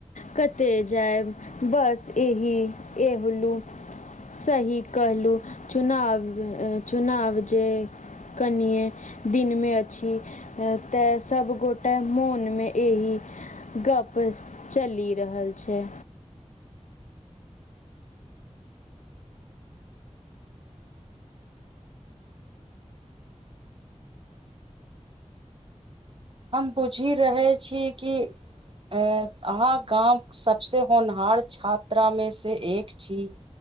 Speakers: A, on the left; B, on the right.
A: कतय जायब, बस एहि एहलू। सही कहलहुँ, चुनाव चुनाव जे कनिये दिनमे अछि। त सबगोटे मोनमे एहि गप चलि रहल छै।
B: हम पुछि रहल छी कि अहाँ गामक सभसे होनहार छात्रामे से एक छी।